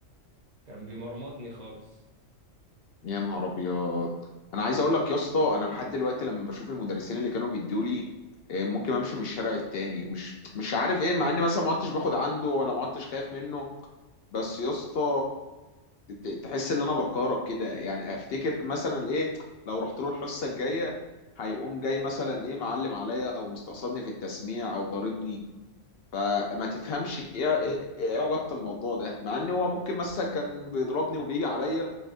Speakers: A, on the right; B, on the left.
A: كان بيمرمطني خالص
B: يا نهار ابيض انا عايز اقول لك يا اسطى انا لحد دلوقتي لما بشوف المدرسين اللي كانوا بيدوا لي ممكن امشي من الشارع التاني مش مش عارف ايه مع اني مثلا ما عدتش باخد عنده ولا ما عدتش خايف منه بس يا اسطى ت- تحس ان انا بتكهرب كده يعني افتكر مثلا ايه لو رحت له الحصه الجايه هيقوم جاي مثلا ايه معلم عليا او مستقصدني في التسميع او ضاربني فما تفهمش ايه ايه إيه علاقه الموضوع ده مع ان هو ممكن مثلا كان بيضربني وبيجي عليا